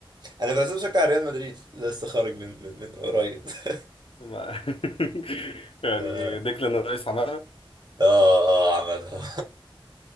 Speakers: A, on the right; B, on the left.
A: انا في الاساس بشجع ريال مدريد لسه خارج من من, من قريب <laughs>
B: ما- <laughs> يعني
A: اه
B: ديكلان رايس عملها
A: اه عملها